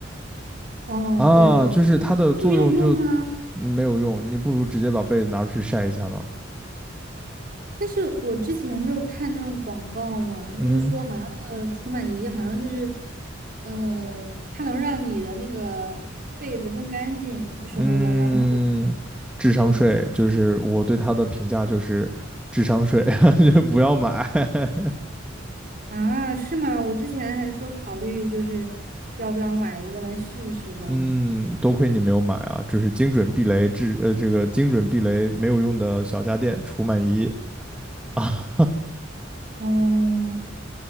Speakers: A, on the right (about 50°); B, in the centre.
A: 哦，
B: 啊，
A: 对对，
B: 就是它的作用就
A: 它没有用吗？
B: 没有用，你不如直接把被子拿出去晒一下呢。
A: 但是我之前就看那种广告嘛，就是说好像那个除螨仪好像就是，
B: 嗯
A: 呃，它能让你的那个被子更干净什么的，
B: 嗯，
A: 然后
B: 智商税就是我对它的评价就是智商税，
A: 就挺
B: <laughs> 就不要买。<laughs>
A: 啊，是吗？我之前还说考虑就是要不要买一个来试试的，
B: 嗯，多亏你没有买啊，就是精准避雷智呃这个精准避雷没有用的小家电除螨仪啊。
A: 嗯，